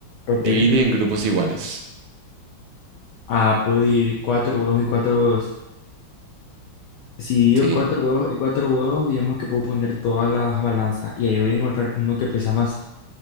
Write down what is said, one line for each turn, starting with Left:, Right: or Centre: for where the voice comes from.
Left: Ok.
Right: Divide en grupos iguales.
Left: Ah, puedo ir cuatro huevos y cuatro huevos. Si digo
Right: Sí.
Left: cuatro huevos y cuatro huevos, digamos que puedo poner todas las balanzas y ahí voy a encontrar uno que pesa más.